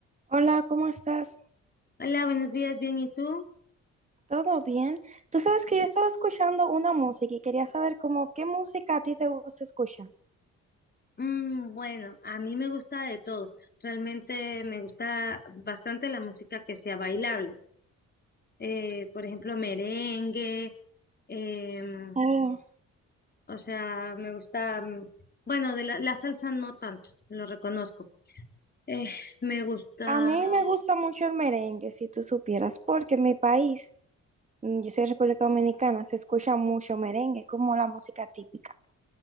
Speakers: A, on the right (about 25°); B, on the left (about 30°).
A: Hola, ¿cómo estás?
B: Hola, buenos días, bien, ¿y tú?
A: ¿Todo bien? Tú sabes que yo estaba escuchando una música y quería saber como qué música a ti te gusta escuchar.
B: Mm, bueno, a mí me gusta de todo. Realmente me gusta bastante la música que sea bailable. Eh, por ejemplo, merengue, em,
A: Oh,
B: o sea, me gusta, mm, bueno, de la, la salsa no tanto, lo reconozco. Eh, <laughs> me gusta,
A: a mí me gusta mucho el merengue, si tú supieras, porque en mi país, mm, yo soy de República Dominicana, se escucha mucho merengue, como la música típica.